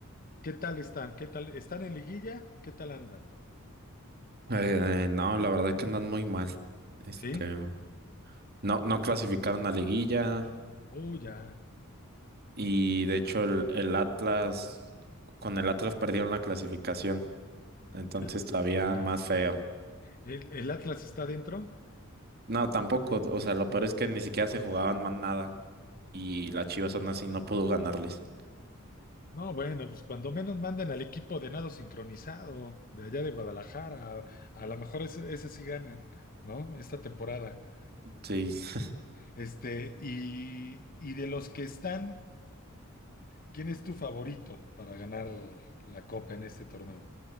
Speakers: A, on the left; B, on the right.
A: qué tal están? ¿Qué tal? ¿Están en liguilla? ¿Qué tal andan?
B: eh, no, la verdad es que andan muy mal. Este,
A: ¿Sí?
B: no, no clasificaron a liguilla.
A: Oh, ya.
B: Y de hecho el, el Atlas, con el Atlas perdieron la clasificación. Entonces
A: El,
B: todavía
A: ajá.
B: más feo.
A: ¿El, el Atlas está dentro?
B: No, tampoco. O sea, lo
A: Oh.
B: peor es que ni siquiera se jugaban más nada. Y las Chivas aún así no pudo ganarles.
A: No, bueno, pues cuando menos manden al equipo de nado sincronizado de allá de Guadalajara, a, a lo mejor es- esas sí ganan, ¿no? Esta temporada.
B: Sí. <laughs>
A: Este, y, y de los que están, ¿quién es tu favorito para ganar la copa en este torneo?